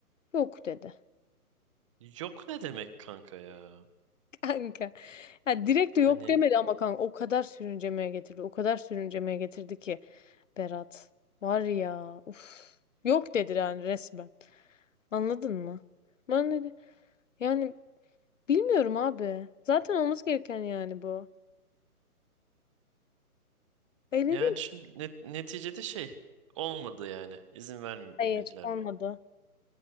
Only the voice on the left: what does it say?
Yok dedi.
<laughs> Kanka. Ya direkt
de yok demedi ama kanka o kadar sürüncemeye getirdi. O kadar sürüncemeye getirdi ki Berat. Var ya. Uf. Yok dedi yani resmen. Anladın mı? Ben dedi yani bilmiyorum abi. Zaten olması gereken yani bu. Öyle
değil mi?
Hayır, olmadı.